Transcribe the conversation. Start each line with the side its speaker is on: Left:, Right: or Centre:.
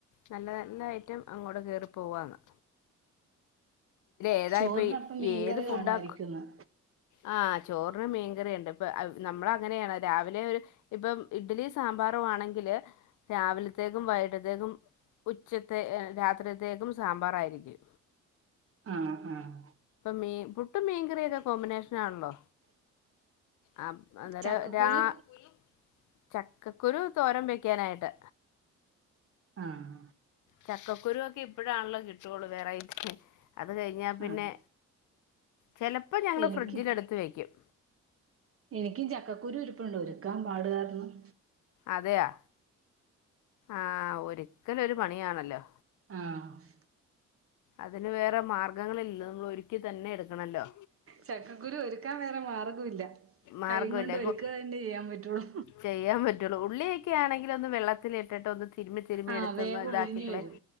Left: നല്ല നല്ല ഐറ്റം അങ്ങോട്ട് കേയറി പോവാന്ന്. ഏതാ
Right: ചോറിനപ്പം
Left: ഇപ്പൊ
Right: മീൻ
Left: ഏത്
Right: കറി കാണുമായിരിക്കും
Left: ഫുഡാ
Right: ഇന്ന്.
Left: ആ ചോറിന് മീൻകറിയുണ്ട് ഇപ്പൊ നമ്മള അങ്ങനെയാണ് രാവിലെ ഒരു ഇപ്പം ഇഡ്ലി സാമ്പാറ ആണെങ്കില് രാവിലത്തേക്കും വൈകട്ടത്തേക്കും ഉച്ചത്തെ രാത്രിത്തേക്കും സാമ്പാറ ആയിരിക്കും.
Right: ആ ആഹ്
Left: മീൻ പുട്ടും മീൻകറിയൊക്കെ കോമ്പിനേഷനാണല്ലോ ആ അന്നേരം
Right: ചക്കക്കുരു
Left: രാവിലെ ചക്കക്കുരു തോരം വെക്കാനായിട്ട്
Right: ആഹ്
Left: ചക്കക്കുരുക്കെ ഇപ്പഴാണല്ലോ കിട്ടുള്ളൂ വെറൈറ്റി അത് കഴിഞ്ഞാ പിന്നെ.
Right: ആഹ്
Left: ചിലപ്പോൾ ഞങ്ങൾ
Right: എനിക്ക്
Left: ഫ്രിഡ്ജിലെ എടുത്ത് വയ്ക്കും
Right: എനിക്കും ചക്കക്കുരു ഇരുപ്പുണ്ട് ഒരുക്കാൻ പാടുകാരണം.
Left: അതെയാ ആ ഒരുക്കൽ ഒരു പണിയാണല്ലോ?
Right: ആഹ്
Left: അതിന് വേറെ മാർഗങ്ങൾ ഇല്ലല്ലോ നമ്മൾ ഒരുക്കി തന്നെ എടുക്കണല്ലോ.
Right: ചക്കക്കുരു ഒരുക്കാൻ വേറെ മാർഗ ഇല്ല
Left: മാർഗമില്ല
Right: കൈ കൊണ്ട്
Left: ഇപ്പൊ
Right: ഒരുക്കുക തന്നെ ചെയ്യാൻ പറ്റുള്ളു.
Left: ചെയ്യാൻ പറ്റുള്ളൂ ഉള്ളിയൊക്കെ ആണെങ്കിൽ ഒന്ന് വെള്ളത്തില ഇട്ടിട്ട് ഒന്ന് തിരുമ്മി തിരുമ്മി
Right: ആഹ്
Left: എടുത്തുന്ന
Right: വേഗം
Left: ഇതാക്കികളെ
Right: ഉരിഞ്ഞു വരും